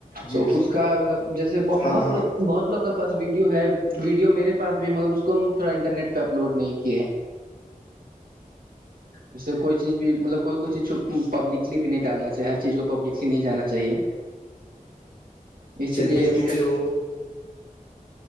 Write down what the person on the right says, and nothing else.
تو
اس کا مطلب جیسے بہت
لوگ بہت لوگ کا پاس ویڈیو ہے ویو میرے پاس بھی ہے مگر اسس کو ہم تھوڑا انٹرنیٹ پہ اپلوڈ نہیں کیے ہیں اسے کوئی چیز بھی مطلب کوئی کوئی چیز پبلکلی بھی نہیں ڈالنا چاہے ہر چیز کو پبلک ک نہیں جانا چاہیے اسی
لیے